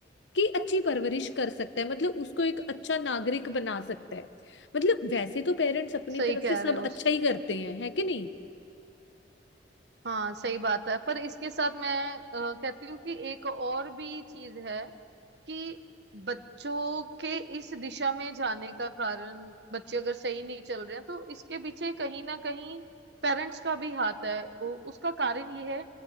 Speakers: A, on the left (about 85°); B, on the right (about 65°).
A: की अच्छी परवरिश कर सकता है मतलब उसको एक अच्छा नागरिक बना सकता है मतलब वैसे तो पेरेंट्स अपनी
B: सही
A: तरफ
B: कह
A: से सब
B: रहे हो
A: अच्छा ही करते हैं है कि नहीं
B: हाँ सही बात है पर इसके साथ मैं अ, कहती हूँ कि एक और भी चीज है कि बच्चों के इस दिशा में जाने का कारण बच्चे अगर सही नहीं चल रहे हैं तो इसके पीछे कहीं ना कहीं पेरेंट्स का भी हाथ है वो उसका कारण ये है